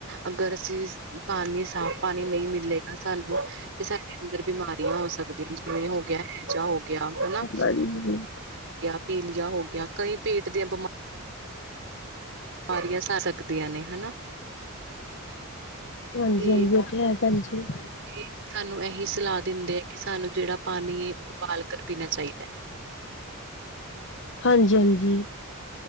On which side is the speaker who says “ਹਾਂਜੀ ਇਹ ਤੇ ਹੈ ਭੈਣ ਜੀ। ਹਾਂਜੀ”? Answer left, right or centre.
Left